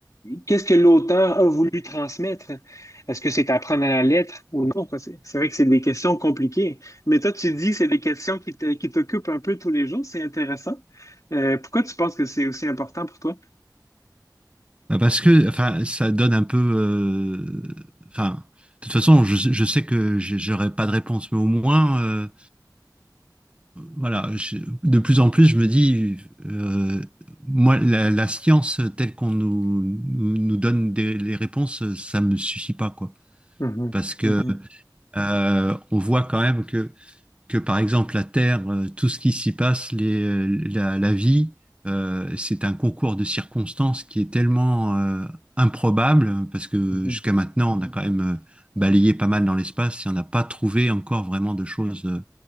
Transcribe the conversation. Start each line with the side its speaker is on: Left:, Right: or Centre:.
Left: qu'est-ce que l'auteur a voulu transmettre? Est-ce que c'est à prendre à la lettre ou non, quoi? C'est c'est vrai que c'est des questions compliquées. Mais toi, tu dis que c'est des questions qui te- qui t'occupent un peu tous les jours. C'est intéressant. Euh, pourquoi tu penses que c'est aussi important pour toi?
Right: Bah, Parce que, enfin, ça donne un peu, euh, enfin, de toute façon, je, je sais que j'ai- j'aurai pas de réponse, mais au moins. euh, Voilà, je- de plus en plus, je me dis, euh, moi, la, la science telle qu'on nous, nous, nous donne des- les réponses, ça me suffit pas, quoi.
Left: Mhm,
Right: Parce que
Left: mhm,
Right: euh, on voit quand même que, que, par exemple, la Terre, euh, tout ce qui s'y passe, les, euh, la, la vie, euh, c'est un concours de circonstances qui est tellement euh, improbable, parce que
Left: mhm,
Right: jusqu'à maintenant, on a quand même euh, balayé pas mal dans l'espace et on n'a pas trouvé encore vraiment de choses euh,